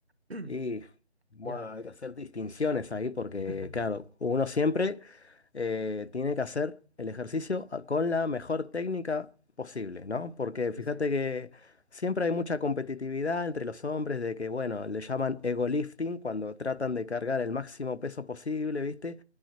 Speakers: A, on the right; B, on the left.
A: <clears throat>
B: Y bueno,
A: Ya,
B: hay que hacer distinciones ahí porque,
A: <laughs>
B: claro, uno siempre eh, tiene que hacer el ejercicio a- con la mejor técnica posible, ¿no? Porque fíjate
A: pues sí.
B: que siempre hay mucha competitividad entre los hombres de que, bueno, le llaman ego lifting cuando tratan de cargar el máximo peso posible, ¿viste?